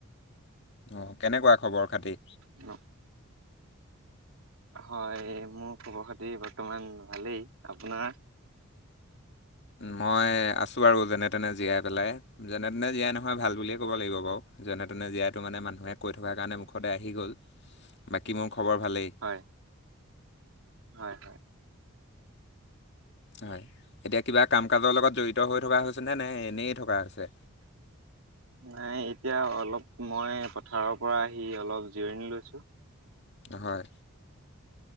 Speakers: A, on the left (about 50°); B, on the right (about 70°).
A: অ', কেনেকুৱা খবৰ খাতি?
B: অ'। হয়, মোৰ খবৰ খাতি বৰ্তমান ভালেই, আপোনাৰ?
A: মই আছোঁ বাৰু যেনে তেনে জীয়াই পেলাই, যেনে তেনে জীয়াই নহয় ভাল বুলিয়ে ক'ব লাগিব বাৰু। যেনে তেনে জীয়াইটো মানে মানুহে কৈ থকাৰ কাৰণে, মুখতে আহি গ'ল, বাকী মোৰ খবৰ ভালেই।
B: হয়, হয়, হয়।
A: হয়, এতিয়া কিবা কাম-কাজৰ লগত জড়িত হৈ থকা হৈছেনে, নাই এনেই থকা হৈছে?
B: নাই এতিয়া অলপ মই পথাৰৰ পৰা আহি অলপ জিৰণি লৈছো।
A: হয়।